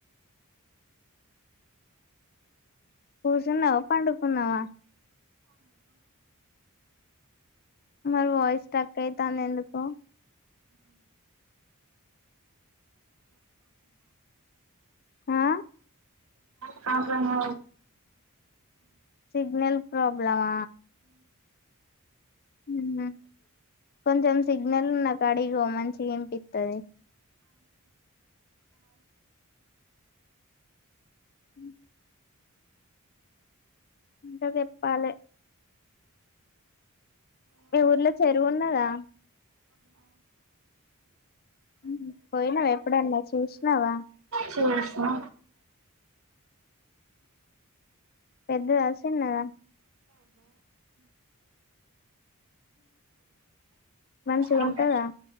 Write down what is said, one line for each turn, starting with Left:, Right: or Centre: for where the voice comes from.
Left: కూసున్నావా పండుకున్నావా మరి వాయిస్ స్టక్ అయితాంది ఎందుకు ఆ
Right: ప్రాబ్లము
Left: సిగ్నల్ ప్రాబ్లమా వున్నా కొంచెం సిగ్నల్ ఉన్నకాడిగివో మంచిగా ఇనిపిత్తది మ్ ఇంకా చెప్పాలె మీ ఊర్లో చెరువు ఉన్నదా మ్మ్ హ్ పోయినావా ఎప్పుడన్నా చూసినావా
Right: చూస్తా
Left: పెద్దదా చిన్నదా మంచిగ
Right: అదే
Left: ఉంటదా